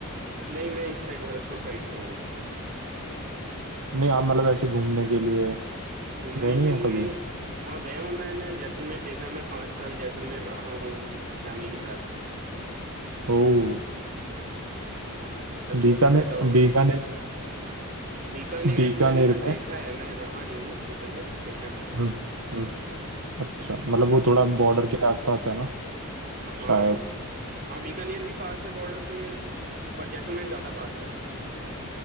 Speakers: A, on the right; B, on the right.
A: नहीं मैं इस साइड भरतपुर साइड से हूँ
B: नहीं आप मतलब ऐसे घूमने के लिए
A: घूमने
B: गए नहीं
A: के
B: हो
A: लिए
B: कभी
A: हाँ गया हूँ मैंने जैसलमेर देखा है मैं पाँच साल जैसलमेर रहा हूँ फैमिली के साथ
B: ओ
A: हाँ जब छोटे
B: बीकानेर
A: थे तब हम
B: बीकानेर
A: बीकानेर
B: बीकानेर
A: मैंने सिर्फ देखा
B: में
A: है मैं रहा नहीं हूँ बीकानेर देखा है मैंने बस
B: हम्म हम्म अच्छा मतलब वो थोड़ा बॉर्डर के आसपास है ना
A: हाँ
B: शायद
A: हाँ बीकानेर भी पास है बॉर्डर के पर जैसलमेर ज्यादा पास है